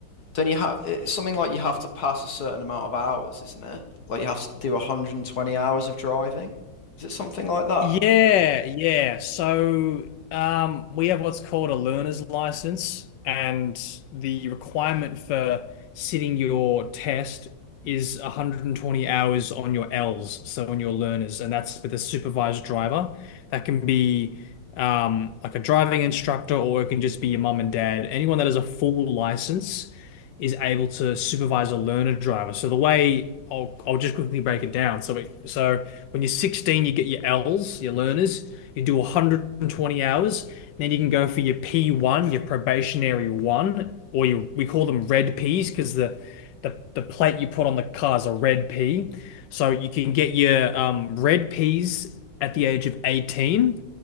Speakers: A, on the left; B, on the left.
A: don't you have it's something like you have to pass a certain amount of hours, isn't it? Like you have to do 120 hours of driving. Is it something like that?
B: Yeah, yeah. So um, we have what's called a learner's license, and the requirement for sitting your test is 120 hours on your L's, so on your learners, and that's with a supervised driver. That can be um, like a driving instructor, or it can just be your mum and dad. Anyone that has a full license is able to supervise a learner driver. So the way I'll I'll just quickly break it down. So it, so when you're 16, you get your Ls, your learners. You do 120 hours, then you can go for your P1, your probationary one, or you we call them red Ps because the the the plate you put on the car is a red P. So you can get your um, red Ps at the age of 18